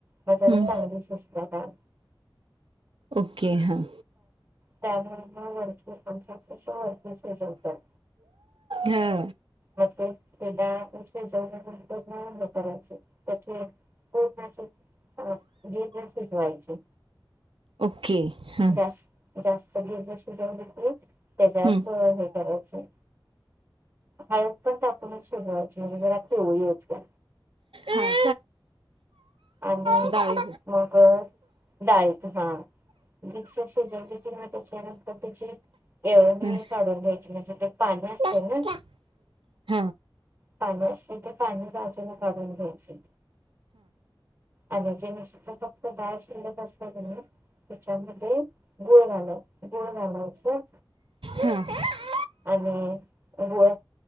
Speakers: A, on the right (about 30°); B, on the right (about 80°).
A: म जरा
B: हं
A: चांगली शिजत्या डाळ.
B: ओके हां.
A: त्यामुळ म <unintelligible> हुता.
B: हा.
A: मग ते ते डाळ शिजव <unintelligible> <unintelligible> हे करायच त्या <unintelligible> हं गिरर शिजवायची.
B: ओके. हां
A: जास जास्त गीरर शिजवून घेतली तेज्या
B: हं
A: प हे. करायच हाय. हळद पण टाकूनचं शिजवायची म्हणजे जरा पिवळी होत्या.
B: हां
A: आणि
B: का डाळी
A: मग अं डाळीत हा. गीच्च शिजवली कि राहत्या <unintelligible> येळवणी
B: हं
A: काढून घ्यायची म्हणजे ते पाणी असतय
B: हां
A: ना.
B: <unintelligible>
A: पाणी असतय ते पाणी बाजूला काढून घ्यायचं. आणि जे नुस्तं फक्त डाळ शिल्लक असत्या कनी, त्यािच्यामध्ये गुळ घाला गुळ घालायाचं.
B: हा.
A: आणि गुळात